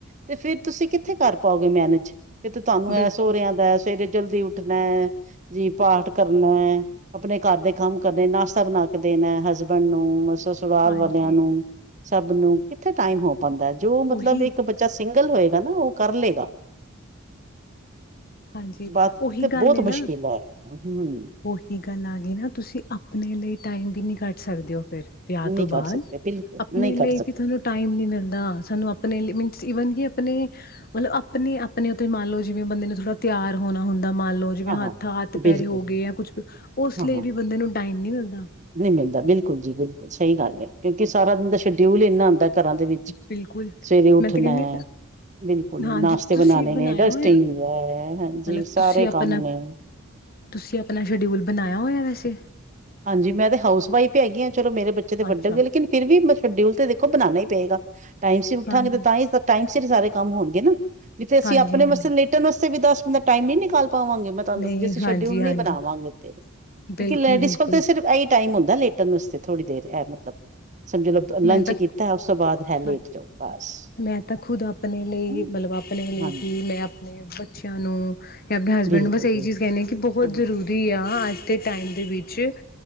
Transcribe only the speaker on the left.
ਬਿਲਕੁਲ
ਹਾਂਜੀ
ਉਹੀ
ਹਾਂਜੀ।
ਉਹੀ
ਗੱਲ
ਹੈ ਨਾ
ਉਹੀ ਗੱਲ ਆ ਗਈ ਨਾ ਤੁਸੀਂ ਆਪਣੇ ਲਈ ਟਾਈਮ ਵੀ ਨਹੀਂ ਕੱਢ ਸਕਦੇ ਹੋ ਫੇਰ। ਵਿਆਹ
ਤੋਂ ਬਾਅਦ,
ਆਪਣੇ
ਲਈ
ਵੀ ਤੁਹਾਨੂੰ ਟਾਈਮ ਨੀ ਮਿਲਦਾ ਸਾਨੂੰ ਆਪਣੇ ਲਈ ਮੀਨਸ ਈਵਨ ਕਿ ਆਪਣੇ ਮਤਲਬ ਆਪਣੇ - ਆਪਣੇ ਉੱਤੇ ਮੰਨ ਲਓ ਜਿਵੇਂ ਬੰਦੇ ਨੂੰ ਥੋੜਾ ਤਿਆਰ ਹੋਣਾ ਹੁੰਦਾ ਮੰਨ ਲਓ। ਜਿਵੇਂ
ਹੱਥ-ਹੱਥ
ਪੈਰੇ
ਈ ਹੋ ਗਏ ਜਾਂ ਕੁਛ ਉਸ
ਲਈ
ਵੀ ਬੰਦੇ ਨੂੰ ਟਾਈਮ ਨੀ ਮਿਲਦਾ।
ਬਿਲਕੁਲ
ਮੈਂ ਤੇ ਕਹਿੰਦੀ
ਹਾਂਜੀ
ਤੁਸੀਂ
ਬਣਾਇਆ
ਹੋਇਆ
ਮਤਲਬ
ਤੁਸੀਂ ਆਪਣਾ
ਤੁਸੀਂ ਆਪਣਾ ਸ਼ਡਿਊਲ ਬਣਾਇਆ ਹੋਇਆ ਵੈਸੇ।
ਅੱਛਾ
ਹਾਂਜੀ
ਹਾਂਜੀ
ਹਾਂਜੀ
ਨਹੀਂ
ਹਾਂਜੀ ਹਾਂਜੀ
ਬਿਲਕੁਲ-ਬਿਲਕੁਲ
ਮੈਂ ਤਾਂ
ਹਾਂ
ਮੈਂ ਤਾਂ ਖੁਦ ਆਪ ਆਪਣੇ ਲਈ
ਮਤਲਬ ਆਪਣੇ ਲਈ
ਕਿ ਮੈਂ ਆਪ ਆਪਣੇ ਬੱਚਿਆਂ ਨੂੰ ਜਾਂ ਆਪਣੇ ਹਸਬੈਂਡ
ਨੂੰ ਬਸ ਇਹੀ
ਚੀਜ਼ ਕਹਿੰਦੇ ਕਿ ਬਹੋਤ
ਜ਼ਰੂਰੀ ਜ਼ਰੂਰੀ ਆ ਅੱਜ ਦੇ ਟਾਈਮ ਦੇ ਵਿੱਚ